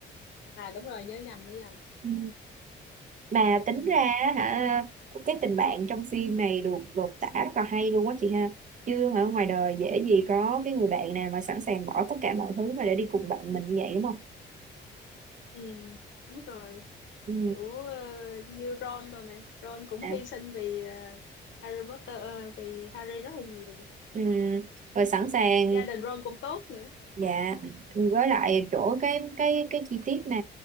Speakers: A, on the left; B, on the right.
A: à đúng rồi nhớ nhầm nhớ nhầm
B: Ừ. mà tính
A: ừ.
B: ra á hả cái tình bạn trong phim này được lột tả rất là hay luôn á chị ha chứ ở ngoài đời dễ gì có cái người bạn nào mà sẵn sàng bỏ tất cả mọi thứ mà để đi cùng bạn mình như vậy đúng không
A: Ừ, đúng rồi.
B: ừ.
A: Kiểu ờ, như Ron rồi nè. Ron cũng
B: À.
A: hy sinh vì ờ, Harry Potter, ờ, vì Harry rất là nhiều.
B: Ừ. rồi sẵn sàng
A: Gia đình Ron cũng tốt nữa.
B: Dạ, với lại chỗ cái cái cái chi tiết mà